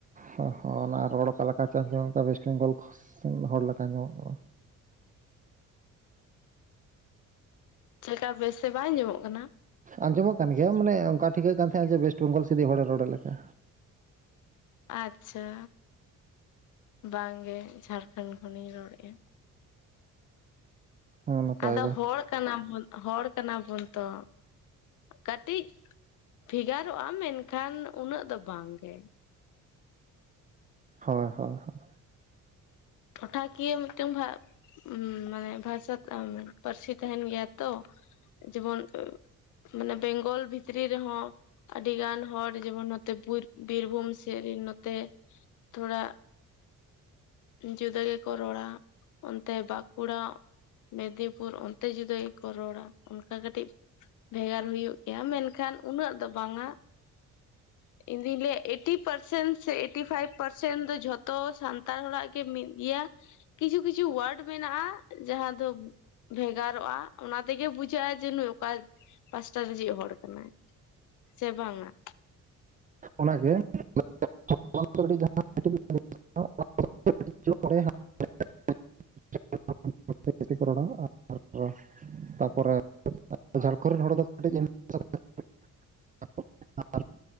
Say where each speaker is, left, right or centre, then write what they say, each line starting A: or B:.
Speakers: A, on the right; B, on the left.
A: ᱦᱚ ᱦᱚ ᱚᱱᱟ ᱨᱚᱲ ᱚᱠᱟ ᱞᱮᱠᱟ ᱪᱚ ᱟᱸᱡᱚᱢᱚᱜ ᱠᱟ ᱣᱮᱥᱴ ᱵᱮᱝᱜᱚᱞ ᱠᱷᱚᱥ ᱚᱱᱟ ᱦᱚᱲ ᱞᱮᱠᱟ ᱟᱸᱡᱚᱢᱚᱜ ᱠᱟᱱᱟ᱾
B: ᱪᱮᱠᱟ ᱵᱮᱥ ᱛᱮ ᱵᱟᱭ ᱟᱧᱟᱢᱚᱜ ᱠᱟᱱᱟ᱾
A: ᱟᱸᱡᱚᱢᱚᱜ ᱠᱟᱱ ᱜᱮᱭᱟ ᱢᱟᱱᱮ ᱚᱱᱠᱟ ᱴᱷᱤᱠᱟᱹᱜ ᱠᱟᱱ ᱛᱟᱦᱮᱸᱜ ᱡᱮ ᱣᱮᱥᱴ ᱵᱮᱝᱜᱚᱞ ᱥᱤᱫᱤᱜ ᱦᱚᱲᱮ ᱨᱚᱲ ᱞᱮᱠᱟ᱾
B: ᱟᱪᱪᱷᱟ ᱵᱟᱝ ᱜᱮ ᱡᱷᱟᱨᱠᱚᱸᱰ ᱠᱷᱚᱱᱤᱧ ᱨᱚᱲᱮᱜ-ᱟ᱾
A: ᱦᱮᱸ ᱱᱟᱯᱟᱭ
B: ᱟᱫᱚ
A: ᱜᱮ
B: ᱦᱚᱲ ᱠᱟᱱᱟ ᱵᱚᱱ ᱦᱚᱲ ᱠᱟᱱᱟ ᱵᱚᱱ ᱛᱚ᱾ ᱠᱟᱹᱴᱤᱡ ᱵᱷᱮᱜᱟᱨᱚᱜ-ᱟ ᱢᱮᱱᱠᱷᱟᱱ ᱩᱱᱟᱹᱜ ᱫᱚ ᱵᱟᱝ ᱜᱮ᱾
A: ᱦᱚᱭ ᱦᱚᱭ ᱦᱚᱭ᱾
B: ᱴᱚᱴᱷᱟ ᱠᱤᱭᱟᱹ ᱢᱤᱫᱴᱟᱝ ᱵᱷᱟᱜᱼᱼ ᱩᱢᱻ ᱢᱟᱱᱮ ᱵᱷᱟᱥᱟ ᱛᱮ ‌ᱚ ᱢᱟᱱᱮ ᱯᱟᱹᱨᱥᱤ ᱛᱮᱦᱮᱸᱱ ᱜᱮᱭᱟ ᱛᱚ ᱡᱮᱢᱚᱱ ᱩᱼᱼ ᱢᱟᱱᱮ ᱵᱮᱝᱜᱚᱞ ᱵᱷᱤᱛᱨᱤ ᱨᱮᱦᱚᱸᱼᱼ ᱟᱹᱰᱤ ᱜᱟᱱ ᱦᱚᱲ ᱡᱮᱢᱚᱱ ᱱᱚᱛᱮ ᱵᱩᱨ ᱵᱤᱨᱵᱷᱩᱢ ᱥᱮᱫ ᱨᱮᱱ ᱱᱚᱛᱮ ᱛᱷᱚᱲᱟᱼᱼ ᱡᱩᱫᱟᱹ ᱜᱮᱠᱚ ᱨᱚᱲᱟ ᱚᱱᱛᱮ ᱵᱟᱸᱠᱩᱲᱟᱼᱼ ᱢᱮᱫᱤᱯᱩᱨ ᱚᱱᱛᱮ ᱡᱩᱫᱤ ᱠᱚ ᱨᱚᱲᱟ ᱚᱱᱠᱟ ᱠᱟᱹᱴᱤᱡᱼᱼ ᱵᱷᱮᱜᱟᱨ ᱦᱩᱭᱩᱜ ᱜᱮᱭᱟ ᱢᱮᱱᱠᱷᱟᱱ ᱩᱱᱟᱹᱜ ᱫᱚ ᱵᱟᱝᱟ᱾ ᱤᱧ ᱫᱩᱧ ᱞᱟᱹᱭᱮᱜ ᱮᱭᱴᱤ ᱯᱟᱨᱥᱮᱱ ᱥᱮ ᱮᱭᱴᱤ ᱯᱷᱟᱭᱤᱵᱽ ᱯᱟᱨᱥᱮᱱ ᱫᱚ ᱡᱷᱚᱛᱚ ᱥᱟᱱᱛᱟᱲ ᱦᱚᱲᱟᱜᱼᱼ ᱠᱮ ᱢᱤᱫ ᱜᱮᱭᱟ ᱠᱤᱪᱷᱩ ᱠᱤᱪᱷᱩ ᱚᱣᱨᱰ ᱢᱮᱱᱟᱜ-ᱟ ᱡᱟᱦᱟᱸ ᱫᱚ ᱵᱷᱮᱜᱟᱨᱚᱜ-ᱟ ᱚᱱᱟ ᱛᱮᱜᱮ ᱵᱩᱡᱷᱟᱹᱜ-ᱟᱭ ᱡᱮ ᱱᱩᱭ ᱚᱠᱟ ᱯᱟᱥᱴᱟ ᱨᱮᱱᱤᱡ ᱦᱚᱲ ᱠᱟᱱᱟᱭ? ᱥᱮ ᱵᱟᱝᱟ᱾
A: ᱚᱱᱟᱜᱮ <unintelligible> ᱠᱟᱹᱴᱤᱡ‌ ᱪᱚᱲᱮ ‌ᱦᱟᱸᱜ <unintelligible> ᱚᱱᱟᱛᱮ ᱠᱚ ᱡᱟᱹᱥᱛᱤ ᱨᱚᱲᱟ ᱟᱨᱚ ᱛᱟᱨᱯᱚᱨᱮ <unintelligible> ᱟᱨ ᱡᱷᱟᱲᱠᱷᱚᱸᱰ ᱨᱮᱱ ᱦᱚᱲ ᱫᱚ ᱠᱟᱹᱴᱤᱡ <unintelligible>